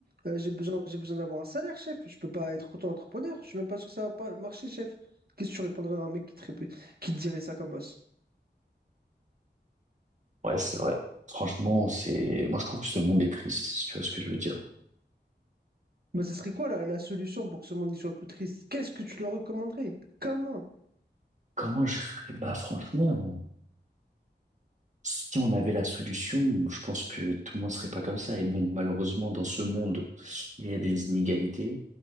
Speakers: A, on the right (about 55°); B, on the right (about 40°).
A: euh, j'ai besoin, j'ai besoin d'avoir un salaire, chef. Je peux pas être auto-entrepreneur. Je suis même pas sûr que ça va pas marcher, chef. Qu'est-ce que tu répondrais à un mec qui te, rép- qui te dirait ça comme os?
B: Ouais, c'est vrai. Franchement, c'est, moi je trouve que ce monde est triste, si tu vois ce que je veux dire.
A: Bah, ce serait quoi la, la solution pour que ce monde y soit plus triste? Qu'est-ce que tu leur recommanderais? Comment?
B: Comment je ferais? Bah franchement. Si on avait la solution, je pense que tout le monde serait pas comme ça. Et bon, malheureusement, dans ce monde, il y a des inégalités